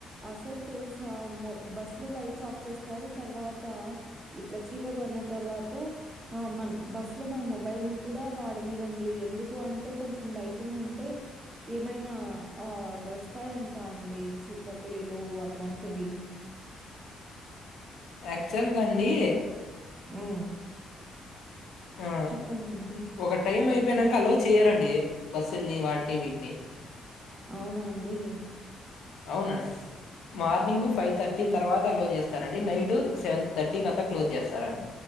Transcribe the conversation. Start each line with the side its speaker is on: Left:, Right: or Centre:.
Right: అసలు తెలుసా మో బస్ లో లైట్స్ ఆఫ్ చేస్తారు తర్వాత. ఇట్లా చీకటి పడ్న తర్వాత. ఆ మన్ బస్ లో మన మొబైల్ ని కూడా వాడనిరండి ఎందుకు అంటే కొంచెం లైట్ టింగ్ ఉంటే. ఏమైనా అది వస్తాయంటా అండి చిరుతపులీలు అట్లాంటివి.
Left: యాక్చువల్గాండి.
Right: ఉ
Left: ఆ
Right: చెప్పండండి.
Left: ఒక టైం అయిపోయినాక అలో చేయరండి బస్సుల్ని వాటిని వీటిని.
Right: అవునాఅండి.
Left: అవునండి. మార్నింగ్ ఫైవ్ థర్టీ తర్వాత అలో చేస్తారండి నైట్ సెవెన్ థర్టీకి అంతా క్లోజ్ చేస్తారండి.